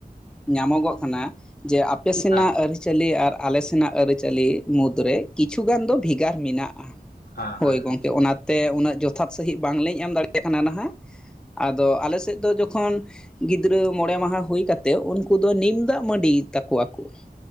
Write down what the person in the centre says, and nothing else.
ᱧᱟᱢᱚᱜᱚᱜ ᱠᱟᱱᱟ ᱡᱮ ᱟᱯᱮ ᱥᱮᱱᱟᱜ
ᱟᱹᱨᱤᱪᱟᱹᱞᱤ ᱟᱨ ᱟᱞᱮ ᱥᱮᱱᱟᱜ ᱟᱹᱨᱤᱪᱟᱹᱞᱤ ᱢᱩᱫᱽᱨᱮ, ᱠᱤᱪᱷᱩ ᱜᱟᱱ ᱫᱚ ᱵᱷᱮᱜᱟᱨ ᱢᱮᱱᱟᱜᱼᱟ᱾
ᱦᱳᱭ
ᱜᱚᱝᱠᱮ ᱚᱱᱟᱛᱮ ᱩᱱᱟᱹᱜ ᱡᱚᱛᱷᱟᱛ ᱥᱟᱺᱦᱤᱡ ᱵᱟᱝᱞᱤᱧ ᱮᱢ ᱫᱟᱲᱮᱜ, ᱠᱟᱱᱟ ᱱᱟᱦᱟᱜ ᱟᱫᱚ ᱟᱞᱮ ᱥᱮᱫ ᱫᱚ ᱡᱚᱠᱷᱚᱱ ᱜᱤᱫᱽᱨᱟᱹ ᱢᱚᱬᱮ ᱢᱟᱦᱟ ᱦᱩᱭ ᱠᱟᱛᱮ ᱩᱱᱠᱩ ᱫᱚ ᱱᱤᱢ ᱫᱟᱜ ᱢᱟᱺᱰᱤ ᱛᱟᱠᱚᱣᱟ ᱠᱚ ᱾